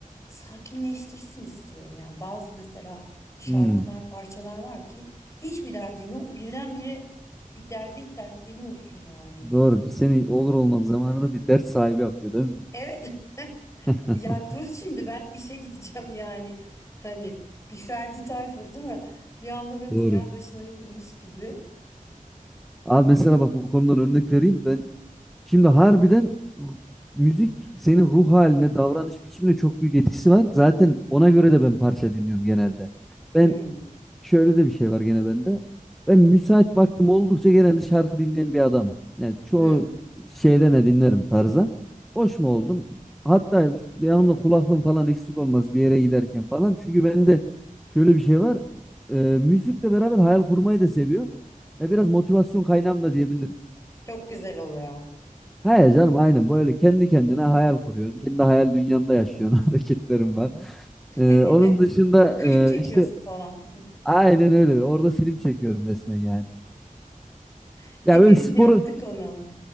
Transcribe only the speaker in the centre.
hmm.
Doğru. Seni olur olmaz zamanında bir dert sahibi yapıyor değil mi?
<laughs>
Doğru.
Abi mesela bak bu konudan örnek vereyim. Şimdi harbiden ru- müzik senin ruh haline, davranış biçimine çok büyük etkisi var. Zaten ona göre de ben parça dinliyorum genelde.
Ben şöyle de bir şey var gene bende. Ben müsait vaktim oldukça genelde şarkı dinleyen bir adamım. Yani çoğu
şeyde ne dinlerim tarzdan. Hoş mu oldum? Hatta yanımda kulaklığım falan eksik olmaz bir yere giderken falan. Çünkü bende şöyle bir şey var. E, müzikle beraber hayal kurmayı da seviyorum. Ya biraz motivasyon kaynağım da diyebilirim.
He canım aynen böyle kendi kendine hayal kuruyorsun. Kendi hayal dünyanda yaşıyorsun <laughs> hareketlerim var.
Ee, onun dışında
e, işte
aynen öyle. Orada film çekiyorum resmen yani.
Ya böyle sporu